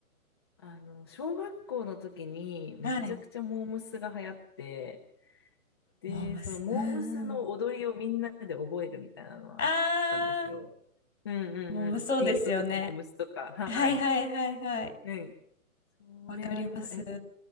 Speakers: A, on the left; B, on the left.
A: あの、小学校の時にめちゃくちゃモームスが流行って、
B: はい
A: で、
B: モームスうんうん
A: そのモームスの踊りをみんなで覚えるみたいなのがあったんですよ。
B: あ
A: うんうんうん。
B: ーモームそうですよね
A: スピードとかモームスとか。はい。
B: はいはいはいはい
A: うん。それはありま、
B: わかります
A: え、